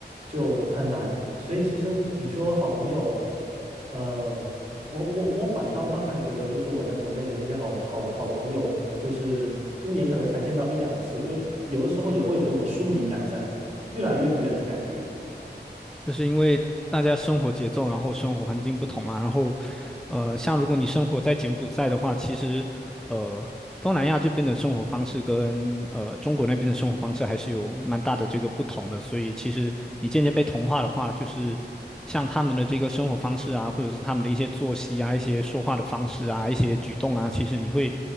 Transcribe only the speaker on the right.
就很难。所以其实你说好朋友，呃，我我我反倒慢慢觉得，就是我在国内的那些好好好朋友，就是一年可能才见到一两次，就有的时候也会有一种疏离感在，越来越远的感觉。